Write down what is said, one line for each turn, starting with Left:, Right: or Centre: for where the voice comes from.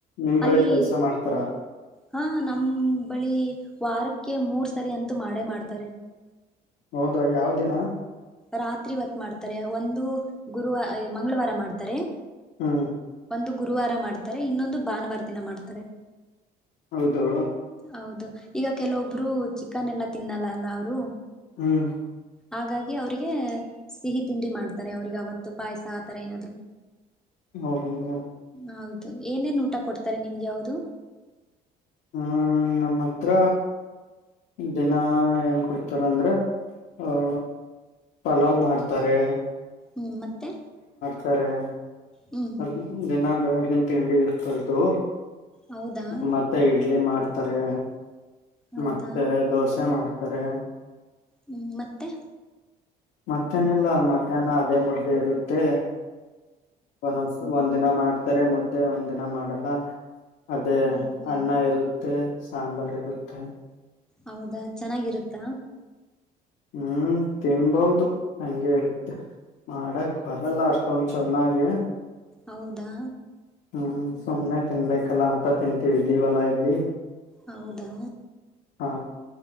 Left: ನಿಂಬಳಿ
Centre: ಅಲ್ಲಿ
Left: ಪಾಯಸ ಮಾಡ್ತಾರ
Centre: ಹಾ ನಮ್ ಬಳಿ ವಾರಕ್ಕೆ ಮೂರ್ ಸರಿ ಅಂತೂ ಮಾಡೇ ಮಾಡ್ತಾರೆ.
Left: ಹೌದಾ ಯಾವ್ ದಿನ?
Centre: ರಾತ್ರಿ ಹೊತ್ ಮಾಡ್ತಾರೆ ಒಂದು ಗುರುವ ಮಂಗಳವಾರ ಮಾಡ್ತಾರೆ.
Left: ಹ್ಮ್
Centre: ಒಂದು ಗುರುವಾರ ಮಾಡ್ತಾರೆ ಇನ್ನೊಂದು ಭಾನುವಾರ ದಿನ ಮಾಡ್ತಾರೆ.
Left: ಹೌದು
Centre: ಹೌದು ಈಗ ಕೆಲವೊಬ್ರು ಚಿಕನ್ ಎಲ್ಲಾ ತಿನ್ನಲ್ಲ ಅಲ್ಲ ಅವರು
Left: ಹ್ಮ್
Centre: ಹಾಗಾ ಅವ್ರಿಗೆ ಸಿಹಿ ತಿಂಡಿ ಮಾಡ್ತಾರೆ ಅವ್ರಿಗೆ ಅವತ್ತು ಪಾಯ್ಸ ಆತರ ಏನಾದ್ರು.
Left: <unintelligible>
Centre: ಹೌದು ಏನೇನ್ ಊಟ ಕೊಡ್ತಾರೆ ನಿಮ್ಗೆ ಅವ್ರು
Left: ಹ್ಮ್ ನಮ್ ಹತ್ರ ದಿನ ಏನ್ ಕೊಡ್ತಾರಂದ್ರೆ ಆ ಪಲಾವ್ ಮಾಡ್ತಾರೆ.
Centre: ಹ್ಮ್ ಮತ್ತೆ
Left: ತಾರೆ
Centre: ಹ್ಮ್
Left: ಅಲ್ಲ್ ದಿನ ಬೆಳ್ ನಿಮ್ಮ್ ತಿಂಡಿಯತ್ತೋಂತ್ತು
Centre: ಹೌದಾ
Left: ಅ- ಮತ್ತೇ ಹೇಳ್ ಎಲ್ಲಿ ಮಾಡ್ತಾರೆ
Centre: ಹೌದಾ
Left: ಮತ್ತೆ ದೋಸೆ ಮಾಡ್ತ ಸರೇ
Centre: ಹ್ಮ್ ಮತ್ತೆ
Left: ಮತ್ತೇನಲ್ಲ ಮಧ್ಯಾಹ್ನ ಅದೇ ಮುದ್ದೆ ಇರುತ್ತೆ ಒನ್ಸುಂಸು ಒಂನ್ ಒಂದ ದಿನ ಮಾಡ್ತಾರೆ ಮುದ್ದೆ ಒಂದ್ ದಿನ ಮಾಡಲ್ಲ ಅದೇ
Centre: ಹೌದಾ
Left: ಅನ್ನ ಇರುತ್ತೆ ಸಾಂಬಾರಟುತ್ತ
Centre: ಹೌದಾ ಚೆನ್ನಾಗಿರುತ್ತಾ
Left: ಹು-ತಿನ್ಬಹುದು ಅಂಗೆ ಇರುತ್ತೆ ಮಾಡಕ್ಕ್ ಬರಲ್ಲ ಅಷ್ಟ್ ೊಂದು ಚೆನ್ನಾಗಿ
Centre: ಹೌದಾ
Left: ಹ್ಮ್ ಸುಮ್ನೆ ತಿನ್ಬೇಕಲ್ಲ ಅಂತ ತಿಂತೀವಿ ಇೀವಲಾ ಇಲ್ಲಿ
Centre: ಹೌದಾ
Left: ಹಾ